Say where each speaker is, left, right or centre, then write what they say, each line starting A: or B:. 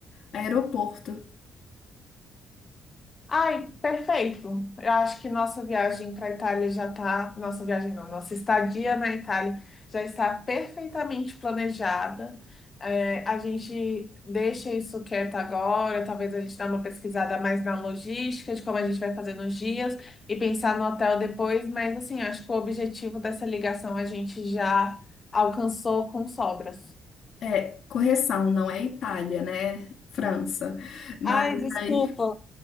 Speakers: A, on the left (about 60°); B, on the left (about 30°).
A: aeroporto.
B: Ai, perfeito. Eu acho que nossa viagem para a Itália já está. Nossa viagem não, nossa estadia na Itália já está perfeitamente planejada. É, a gente deixa isso quieto agora, talvez a gente dê uma pesquisada mais na logística de como a gente vai fazer nos dias e pensar no hotel depois, mas assim, acho que o objetivo dessa ligação a gente já alcançou com sobras.
A: É, correção, não é Itália, né? França. Mas
B: Ai, desculpa.
A: aí,